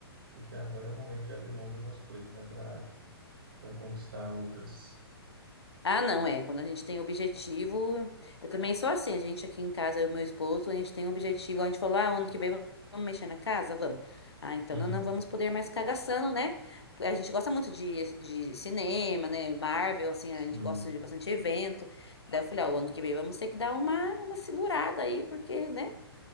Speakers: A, on the right; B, on the left.
A: porque agora é o momento de abrir mão de algumas coisas, né, para para conquistar outras.
B: Ah, não, é. Quando a gente tem objetivo. Eu também sou assim. A gente aqui em casa, eu e meu esposo, a gente tem um objetivo. A gente falou, ah, ano que vem vamos mexer na casa? Vamos. Ah, então
A: Uhum,
B: não, não vamos poder mais ficar gastando, né? A gente gosta muito de, de cinema, né? Marvel, assim,
A: sim,
B: a gente gosta de bastante evento. Daí eu falei, ah, o ano que vem vamos ter que dar uma, uma segurada aí, porque, né?